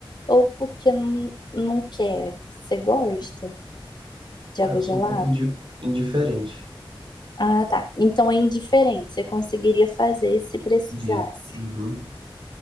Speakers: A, on the left; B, on the right.
A: ou porque não, não quer? Você gosta de
B: Ah,
A: água
B: Eu sou
A: gelada?
B: um pouco indi- indiferente,
A: Ah, tá. Então é indiferente, você conseguiria fazer se precisasse.
B: diria. Uhum.